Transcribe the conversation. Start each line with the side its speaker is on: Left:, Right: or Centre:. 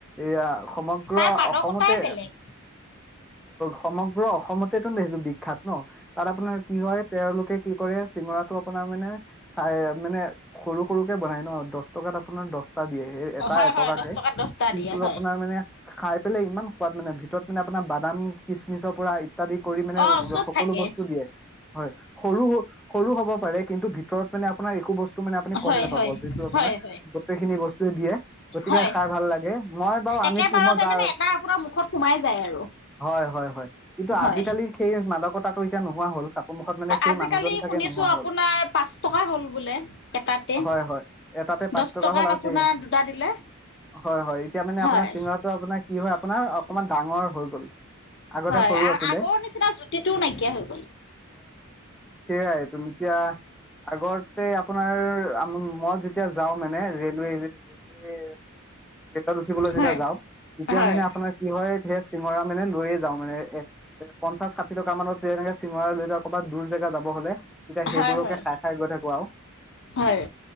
Centre: এইয়া সমগ্ৰ
Left: তাৰ
Centre: ক
Left: মাদকতাই
Centre: অসমতে
Left: বেলেগ
Centre: সমগ্ৰ, পুৰা অসমতেতো মে সেইটো বিখ্যাত ন তাত আপোনাৰ কি হয় তেওঁলোকে কি কৰে চিঙৰাতটো। মানে চ মানে সৰু-সৰুকে বনাই ন। দচ টকাত আপোনাৰ দহটা দিয়ে এটা
Left: হয়
Centre: এটকাকে
Left: হয় দহ টকাত দহটা
Centre: কিন্তু
Left: দিয়ে হয়
Centre: আপোনাৰ মানে খাই পেলাই ইমান, কোৱাত মানে ভিতৰত মানে আপোনাৰ বাদাম কিচমিচ। পৰা ইত্যাদি কৰি মানে
Left: অ চব
Centre: সকলো
Left: থাকে
Centre: বস্তু দিয়ে হয় সৰু। সৰু হ'ব। পাৰে কিন্তু ভিতৰত মানে আপোনাৰ একো বস্তু। গোটেই টো
Left: হয়
Centre: মানে
Left: হয়
Centre: যিটো মানে অপোনাৰ
Left: হয় হয়
Centre: গোটেই খিনি বস্তুয়ে দিয়ে, গতিকে
Left: হয়
Centre: খাই ভাল লাগে মই বাৰু আনিছো
Left: একেবাৰতে
Centre: মই আনিছো, মই যাওঁ
Left: মানে এটা আপোনাৰ মুখত সোমাই যায় আৰু
Centre: হয়-হয়-হয়। কিন্তু
Left: হয়
Centre: আজি কালি সেই মাদকটা। তাতো এতিয়া নোহোৱা হল। সন্মুখত সেই
Left: আজিকালি
Centre: মানুহজন চাগে
Left: শুনিছো
Centre: নোহোৱা হল।
Left: আপোনাৰ পাঁচ টকা হ'ল বোলে, এটাতে
Centre: হয় হয় এটাতে পাঁচ
Left: দছ
Centre: টকা
Left: টকাত
Centre: হ'ল আৰু
Left: আপোনাৰ
Centre: চি
Left: দুটা দিলে
Centre: হয় হয় এতিয়া মানে
Left: হয়।
Centre: আপোনাৰ চিঙৰাটো আপোনাৰ কি হয় আপোনাৰ, অকমান ডাঙৰ হৈ গ'ল। আগতে
Left: হয়
Centre: সৰু
Left: আৰু
Centre: আছিলে
Left: আগৰ নিচিনা জুতিটোও নাইকিয়া হৈ গ'ল।
Centre: সেইয়াই তুমি এতিয়া, আগতে আপোনাৰ আম, মই যেতিয়া যাওঁ মানে, ৰেলৱে-ৰেলৱে ৰে'লত উঠিবলে যেতিয়া
Left: হয়
Centre: যাওঁ, তেতিয়া
Left: হয়
Centre: মানে আপোনাৰ কি হয় সেই চিঙৰা মানে লৈয়ে যাওঁ মানে, এ-পঞ্চাশ ষাঠি টকা মানত এনেকে চিঙৰা লৈ যাওঁ ক'ৰাবাত দূৰ জেগা যাব হ'লে। তেতিয়া সেইবোৰকে
Left: হয় হয়
Centre: খাই-খাই গৈ থাকো আৰু।
Left: হয়।